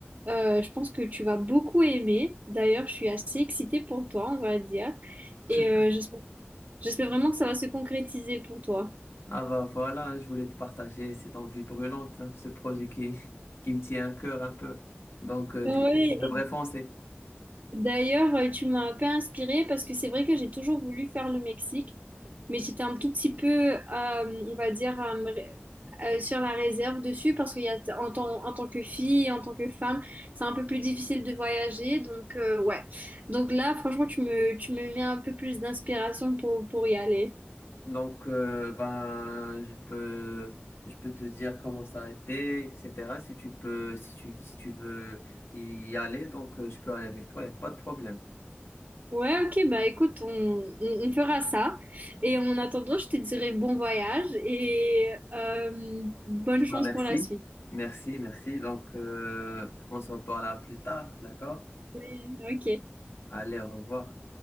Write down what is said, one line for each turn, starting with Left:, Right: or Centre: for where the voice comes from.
Right: euh, je pense que tu vas beaucoup aimer. D'ailleurs, je suis assez excitée pour toi, on va dire,
Left: <laughs>
Right: et euh, j'espère j'espère vraiment que ça va se concrétiser pour toi.
Left: Ah bah voilà, je voulais te partager cette envie brûlante, hein, ce projet qui, qui me tient à cœur un peu. Donc euh,
Right: Oui,
Left: du coup, je devrais foncer.
Right: D'ailleurs, euh, tu m'as un peu inspirée parce que c'est vrai que j'ai toujours voulu faire le Mexique, mais j'étais un tout petit peu, euh, on va dire, euh, me ré- euh, sur la réserve dessus parce qu'il y a en tant, en tant que fille, en tant que femme, c'est un peu plus difficile de voyager. Donc, euh, ouais. Donc là, franchement, tu me, tu me mets un peu plus d'inspiration pour, pour y aller.
Left: Donc euh, ben je peux je peux te dire comment s'arrêter, etc. Si tu peux si tu si tu veux y aller, donc euh, je peux aller avec toi, y a pas de problème.
Right: Ouais, ok, bah écoute, on, on, on fera ça. Et en attendant, je te dirai bon voyage et euh, bonne chance
Left: Bah, merci.
Right: pour la suite.
Left: Merci, merci. Donc euh, on se reparle plus tard, d'accord?
Right: Oui, ok.
Left: Allez, au revoir.